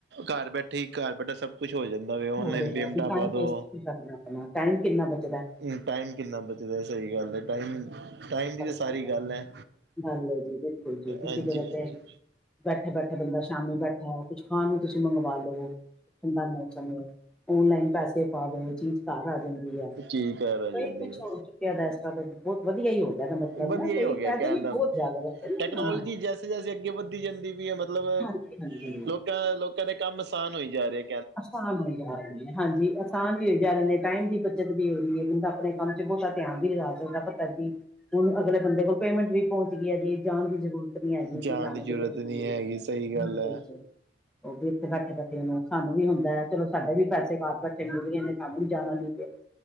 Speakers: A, on the right; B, in the centre.
A: ਘਰ ਬੈਠੇ ਹੀ, ਘਰ ਬੈਠਾ ਸਭ- ਕੁਛ ਹੋ ਜਾਂਦਾ ਵੇ, ਓਨਲਾਈਨ
B: ਹੋ ਰਿਹਾ
A: ਪੇਮੈਂਟ
B: ਵੀ ਟਾਈਮ
A: ਪਾ
B: ਵੇਸਟ
A: ਦੋ
B: ਵੀ ਕਰਨਾ ਆਪਣਾ ਟਾਈਮ ਕਿੰਨਾ ਬਚਦਾ ਹੈ,
A: ਹੁਨ ਟਾਈਮ ਕਿੰਨਾ ਬਚਦਾ ਸਹੀ ਗੱਲ ਏ, ਟਾਈਮ-ਟਾਈਮ ਦੀ ਸਾਰੀ
B: ਹੈਲੋ
A: ਗੱਲ ਹੈ
B: ਲਉ ਜੀ, ਬਿਲਕੁਲ ਜੀ, ਤੁਸੀਂ
A: ਹਾਂਜੀ
B: ਕੀ ਕਰਦੇ?
A: ਹਾਂਜੀ
B: ਬੈਠੇ-ਬੈਠੇ ਬੰਦਾ ਸ਼ਾਮੀ ਬੈਠਾ ਕੁਛ ਖਾਣ ਨੂੰ ਤੁਸੀਂ ਮੰਗਵਾ ਲਵੇ, ਠੰਡਾ ਮੌ ਸਾਮੀ, ਓਨਲਾਈਨ ਪੈਸੇ ਪਾ ਦਿਓ ਚੀਜ਼ ਘਰ ਆ ਜਾਂਦੀ ਐ,
A: ਚੀਜ਼ ਘਰ ਆ
B: ਕੋਈ
A: ਜਾਂਦੀ
B: ਕੁਛ
A: ਹੈ
B: ਹੋ ਯਾ ਇਸ ਤਰ੍ਹਾਂ ਤੇ ਬਹੁਤ ਵਧੀਆ ਹੀ ਹੋ ਗਿਆ ਦਾ ਮਤਲਬ
A: ਵਧੀਆ
B: ਨਾ ਕਈ
A: ਹੀ ਹੋ ਗਿਆ
B: ਫਾਇਦੇ
A: ਕੈਦਾ,
B: ਵੀ ਬਹੁਤ ਜ਼ਿਆਦਾ ਵੈਸੇ
A: ਟੈਕਨੋਲੋਜੀ
B: ਨਾ ਹਾਂ
A: ਜੈਸੇ-ਜੈਸੇ ਅੱਗੇ ਵੱਧਦੀ ਜਾਂਦੀ ਪੀ ਐ ਮਤਲਬ
B: ਹਾਂਜੀ ਹਾਂਜੀ
A: ਲੋਕਾਂ-ਲੋਕਾਂ ਦੇ ਕੰਮ ਆਸਾਨ ਹੋਈ ਜਾ ਰਹੇ।
B: ਅਸਾਨ ਹੋਈ ਜਾ ਰਹੇ ਨੇ ਹਾਂਜੀ। ਅ ਅਸਾਨ ਵੀ ਹੋ ਜਾ ਰਹੇ ਨੇ, ਟਾਈਮ ਦੀ ਬੱਚਤ ਵੀ ਹੋ ਰਹੀ ਏ, ਬੰਦਾ ਆਪਣੇ ਕੰਮ ਚ ਬਹੁਤਾ ਧਿਆਨ ਵੀ ਲਗਾ ਸਕਦਾ ਪਤਾ ਜੀ। ਹੁਣ ਅਗਲੇ ਬੰਦੇ ਕੋਲ ਪੇਮੈਂਟ ਵੀ ਪਹੁੰਚ ਗਈ ਐ ਜੀ ਜਾਣ ਦੀ ਜ਼ਰੂਰਤ ਨੀ ਹੈਗੀ
A: ਜਾਣ
B: ਜੀ, ਸਾਨੂੰ
A: ਦੀ ਜ਼ਰੂਰਤ
B: ਖੁਦ ਦੇ ਤਰੀਕੇ
A: ਨਹੀਂ
B: ਵਿਚ,
A: ਹੈਗੀ ਸਹੀ ਗੱਲ
B: ਜਾ
A: ਹੈ
B: ਕੁਛ ਉਹ ਵੀ ਇੱਥੇ ਬੈਠੇ-ਬੈਠੇ ਨੂੰ, ਸਾਨੂੰ ਵੀ ਹੁੰਦਾ ਹੈ ਚਲੋ ਸਾਡੇ ਵੀ ਵੈਸੇ ਬਾਰ ਬੈਠੇ ਕਰ ਦਿੰਦੇ ਨੇ, ਸਾਨੂੰ ਵੀ ਜਾਣਾ ਨਈ ਪਿਆ।